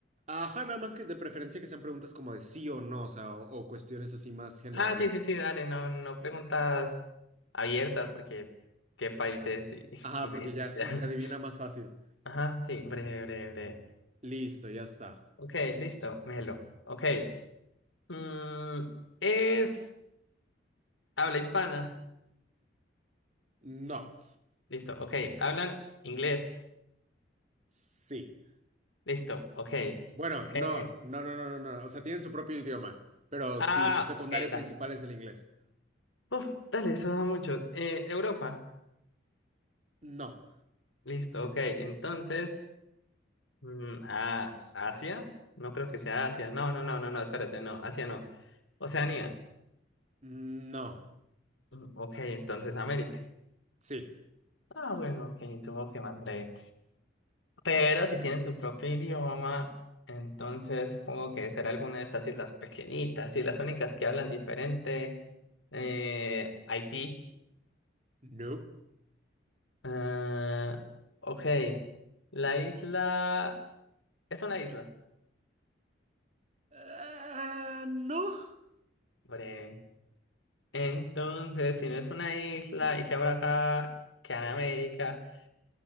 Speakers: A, on the right; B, on the left.
A: Ajá, nada más que de preferencia que sean preguntas como de sí o no, o sea, o, o cuestiones así más generales.
B: Ah, sí, sí, sí, dale. No, no preguntas abiertas porque qué país es y, <laughs>
A: Ajá,
B: y me
A: porque
B: dices
A: ya
B: y
A: se,
B: ya.
A: se adivina más fácil.
B: Ajá, sí, breve, breve, breve.
A: Listo, ya está.
B: Ok, listo, Melo. Ok. Mm, es. Habla hispana.
A: No.
B: Listo, ok. Hablan inglés.
A: Sí.
B: Listo, ok.
A: Bueno,
B: Eh,
A: no, no, no, no, no, no. O sea, tienen su propio idioma. Pero
B: Ah,
A: sí, su secundario
B: ok, dale.
A: principal es el inglés.
B: Uf, dale, eso da muchos. Eh, Europa.
A: No.
B: Listo, ok. Entonces, mm, ah, Asia. No creo que sea Asia. No, no, no, no, no, espérate, no. Asia no. Oceanía.
A: No.
B: Mm, ok, entonces América.
A: Sí.
B: Ah, bueno, ok, tuvo que más breve. Pero si tienen su propio idioma, entonces supongo que será alguna de estas islas pequeñitas y las únicas que hablan diferente. Eh, Haití.
A: Nope.
B: Ah, ok. La isla. Es una isla.
A: Ah, no.
B: Bre. Entonces, si no es una isla y que habrá acá, que en América,